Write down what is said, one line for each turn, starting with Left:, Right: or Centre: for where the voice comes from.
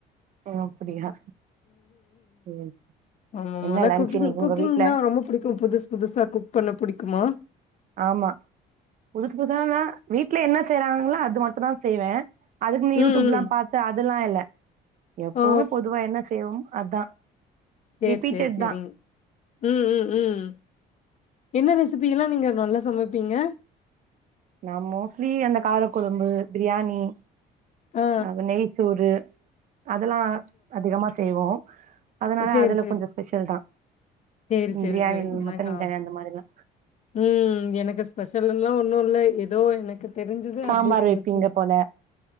Right: ஒ அப்டியா ம்
Left: ஆமாமால
Right: என்ன லன்ச்
Left: குக்கிங்
Right: இன்னைக்கு
Left: குக்கிங்லா
Right: உங்க வீட்ல
Left: ரொம்ப புடிக் புதுஸ் புதுசா குக் பண்ண புடிக்குமா
Right: ஆமா புதுஸ் புதுசானா வீட்ல என்ன செய்றாங்ளோ அது மட்டு தா செய்வே அதுக்னு யூட்யூப்லா
Left: ம், ம்.
Right: பாத்து அது துலா இல்ல எப்போமே
Left: ஓ!
Right: பொதுவா என்ன செய்வோம் அதா
Left: சேர்
Right: ரிப்பீட்டட்
Left: சேர் செரிங்
Right: தா
Left: ம் ம் ம் என்ன ரெசிபி எல்லா நீங்க நல்லா சமப்பீங்க
Right: நா மோஸ்லி அந்த காரக்குழம்பு பிரியாணி
Left: ஆ,
Right: அத நெய்சோறு அதலா அதிகமா செய்வோ அதனால
Left: ஒ சேரி
Right: அதுல
Left: சேரி
Right: கொஞ்சோ ஸ்பெஷல் தா
Left: சேரி சேரி
Right: பிரியாணி
Left: சேரி எனக்கா
Right: மட்டன் பிரியாணி அந்த மாரிலா
Left: ம் எனக்கு ஸ்பஷல்லு லா ஒன்னு இல்ல எதோ எனக்கு தெரிஞ்சது
Right: சாம்பார்
Left: அப்டியே சமைச்சு
Right: வெப்பீங்க போல